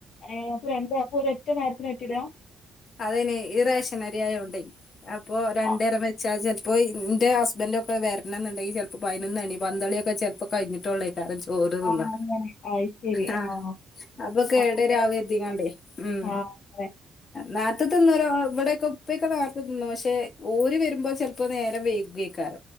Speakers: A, on the left; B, on the left.
A: ഏ അപ്പൊ രണ്ട് അപ്പൊ ഒര് ഒറ്റ നേരത്തിന് തിട
B: അതയ്ന് ഈ റേഷൻ അരിയായോണ്ടെ അപ്പൊ രണ്ടേരം
A: ആ
B: വെച്ചാ ചെ പ്പോ ഇന്റെ ഹസ്ബന്റൊക്കെ വരണംന്നുണ്ടെങ്കി ചെൽപ്പോ പയിനൊന്നണി പന്തളിയൊക്കെ ചെൽപ്പോ കഴിഞ്ഞിട്ടൊള്ളെ <unintelligible> ചോറ് തിന്ന
A: ആഹ് അങ്ങനെ അയ് ശരി
B: ആ
A: ആഹ്
B: അപ്പൊ കേട
A: അപ്പങ്ങനെ
B: രാവ എത്തിക്കാണ്ടേ ഉം
A: ആഹ് അങ്ങനെ
B: നാത്തത്ത് തിന്നു ഇവിടെയൊക്കെ ഉപ്പയൊക്കെ നെരത്ത്ന്നു പക്ഷെ ഊര് വരുമ്പോ ചെിലപ്പോ നേരം വൈക്വെ കാർ